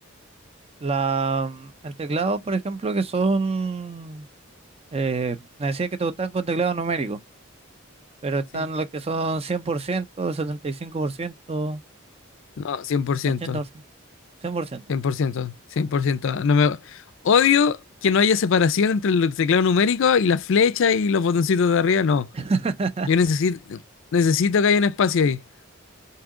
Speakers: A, on the right; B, on the left.
A: La, mm, el teclado, por ejemplo, que son, eh, me decía que te gustan con teclado numérico, pero están
B: Sí.
A: los que son cien por ciento setenta y cinco por ciento
B: No, cien por ciento.
A: ochenta por ciento, cien por ciento.
B: cien cien por ciento cien por ciento No me... Odio que no haya separación entre el teclado numérico y la flecha y los botoncitos de arriba. No,
A: <laughs>
B: yo necesito, necesito que haya un espacio ahí.